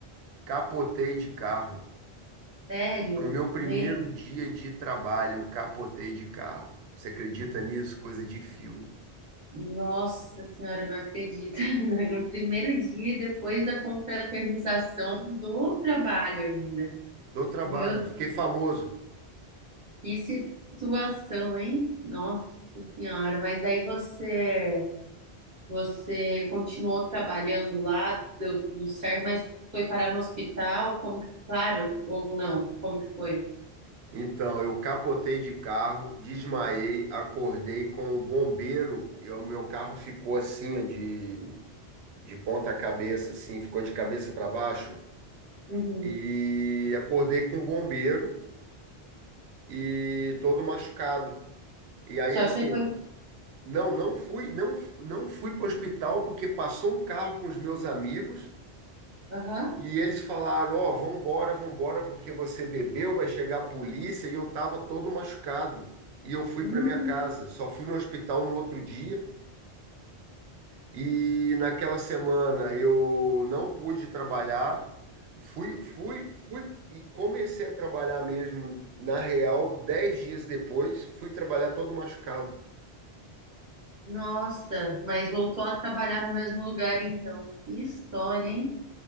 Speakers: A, on the right; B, on the right.
A: Capotei de carro.
B: sério?
A: No meu primeiro
B: Meu,
A: dia de trabalho, eu capotei de carro. Você acredita nisso? Coisa de filme.
B: nossa senhora, eu não acredito. <laughs> No primeiro dia, depois da confraternização do trabalho ainda.
A: Do trabalho.
B: Meu Deus,
A: Fiquei famoso.
B: que situação, hein? Nossa senhora, mas daí você Você continuou trabalhando lá, deu tudo certo, mas foi parar no hospital, como que, claro, ou não, como que foi?
A: Então, eu capotei de carro, desmaiei, acordei com o bombeiro, e o meu carro ficou assim, ó, de, de ponta cabeça, assim, ficou de cabeça para baixo,
B: Uhum.
A: e acordei com o bombeiro e todo machucado. E aí,
B: Só
A: assim,
B: que você foi,
A: não, não fui, não, não fui para o hospital porque passou um carro com os meus amigos.
B: aham.
A: E eles falaram, ó, vambora, vambora, porque você bebeu, vai chegar a polícia, e eu tava todo machucado. E eu fui
B: Hum,
A: para minha casa. Só fui no hospital no outro dia, e naquela semana eu não pude trabalhar. Fui, fui, fui e comecei a trabalhar mesmo, na real, dez dias depois, fui trabalhar todo machucado.
B: Nossa, mas voltou a trabalhar no mesmo lugar então. Que história, hein?